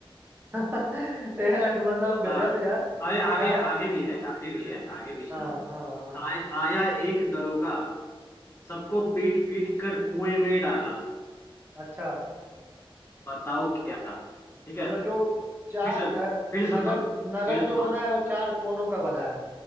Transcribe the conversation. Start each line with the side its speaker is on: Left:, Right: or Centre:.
Right: <laughs> तो यार मतलब
Left: हाँ
Right: गजब यार
Left: अरे आगे
Right: चार
Left: आगे भी है आगे भी है आगे भी सुनो
Right: हाँ हाँ हाँ।
Left: आ, आया एक दरोगा सबको पीट पीट कर कुएं में डाला
Right: अच्छा
Left: बताओ क्या ठीक
Right: मतलब
Left: है
Right: जो चार
Left: फिर से
Right: अ,
Left: फिर से सुन
Right: नगर
Left: लो
Right: नगर
Left: फिर से
Right: जो
Left: सुनो
Right: बना है वो चार कोनों का बना है